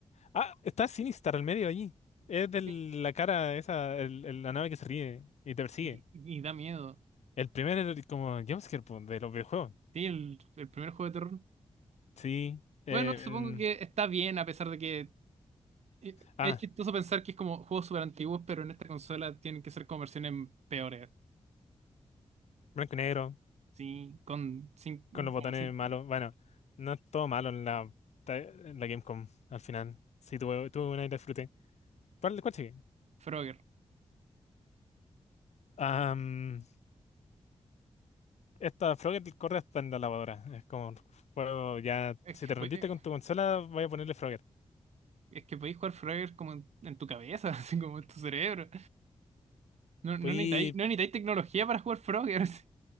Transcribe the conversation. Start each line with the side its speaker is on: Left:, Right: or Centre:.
Left: Ah, está Sinistar al medio allí. Es de la
Right: Sí.
Left: cara esa, el- el- la nave que se ríe y te persigue.
Right: Y, y da miedo.
Left: El primer, el- como jumpscare po, de los videojuegos.
Right: Sí, el, el primer juego de terror.
Left: Sí. em,
Right: Bueno, supongo que está bien, a pesar de que eh,
Left: ah,
Right: es chistoso pensar que es como juegos súper antiguos, pero en esta consola tienen que ser como versiones peores.
Left: blanco y negro,
Right: Sí, con cin-
Left: con los
Right: como
Left: botones
Right: cin-
Left: malos. Bueno, no es todo malo en la, en la Gamecom al final. Sí, tuve, tuve una y la disfruté. ¿Cuál, cuál sigue?
Right: Frogger.
Left: Am, esta Frogger corre hasta en la lavadora. Es como un juego ya.
Right: Es
Left: Si
Right: que,
Left: te
Right: po-
Left: rendiste
Right: eh,
Left: con tu consola, voy a ponerle Frogger.
Right: es que podéis jugar Frogger como en, en tu cabeza, <laughs> así como en tu cerebro. No, no
Left: Puedes,
Right: necesitáis, no necesitáis tecnología para jugar Frogger. así.